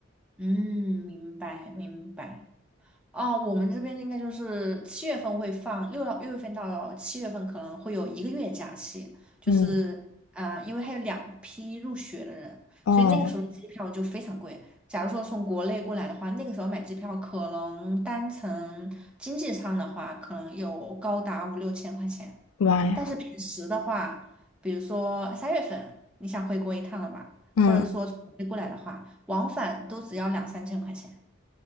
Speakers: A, in the centre; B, on the left (about 80°).
A: 嗯，明白明白。哦，我们这边应该就是七月份会放，六到六月份到七月份可能会有一个月假期，就是啊、
B: 嗯，
A: 呃因为还有两批入学的人，
B: 哦，
A: 所以那个时候的机票就非常贵。假如说从国内过来的话，那个时候买机票可能单程经济舱的话，可能有高达五六千块钱。
B: 妈呀，
A: 但是平时的话，比如说三月份你想回国一趟了吧，
B: 嗯，
A: 或者是说从国内过来的话，往返都只要两三千块钱。